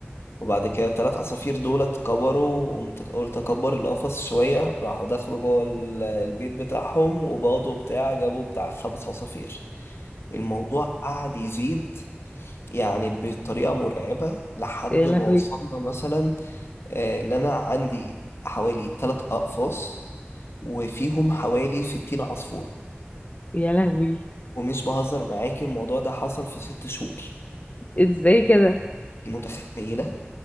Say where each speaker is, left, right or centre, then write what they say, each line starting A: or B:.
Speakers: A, on the left (about 75°); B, on the left (about 35°).
A: وبعد كده الثلاث عصافير دولت كبروا وقمت- قلت اكبر القفص شويه راحوا دخلوا جوه ال- البيت بتاعهم وباضوا وبتاع جابوا بتاع خمس عصافير الموضوع قعد يزيد يعني بطريقة مرعبة لحد
B: يا لهوي
A: ما وصلنا مثلا آه، اللي أنا عندي حوالي تلات أقفاص وفيهم حوالي ستين عصفور
B: يا لهوي
A: ومش بهزر معاكي الموضوع ده حصل في ست شهور
B: ازاي كده
A: انت متخيلة